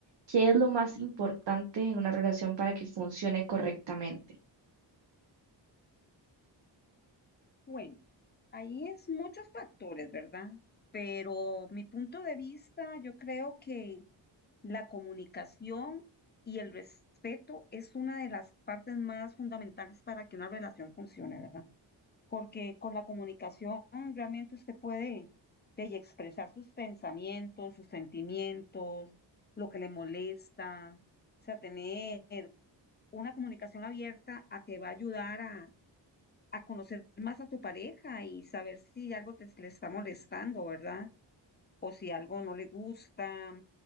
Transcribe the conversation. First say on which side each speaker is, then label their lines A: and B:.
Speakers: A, on the right; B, on the left.
A: qué es lo más importante en una relación para que funcione correctamente.
B: Bueno, ahí es muchos factores, ¿verdad? Pero mi punto de vista, yo creo que la comunicación y el respeto es una de las partes más fundamentales para que una relación funcione, ¿verdad? Porque con la comunicación realmente usted puede de, y expresar sus pensamientos, sus sentimientos, lo que le molesta, o sea, tener una comunicación abierta a, te va a ayudar a, a, conocer más a tu pareja y saber si algo te, le está molestando, ¿verdad? O si algo no le gusta